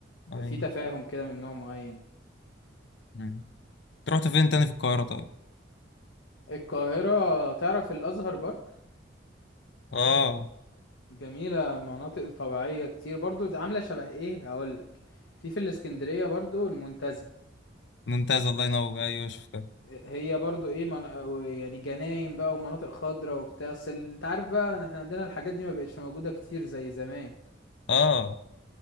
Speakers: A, on the left (about 65°); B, on the left (about 85°).
A: ايوه
B: يبقى فيه تفاهم كده من نوع معين
A: مم. رحت فين تاني في القاهره طيب
B: القاهرة تعرف الأزهر بارك
A: اه
B: جميلة مناطق طبيعية كتير برضو عاملة شبه إيه هقولك في في الإسكندرية برضو المنتزه
A: ممتاز الله ينور ايوه شفتها
B: هي برضو ايه من... يعني جناين بقى ومناطق خضراء وبتاع بس ال- انت عارف بقى ان احنا عندنا الحاجات دي ما بقتش موجودة كتير زي زمان
A: اه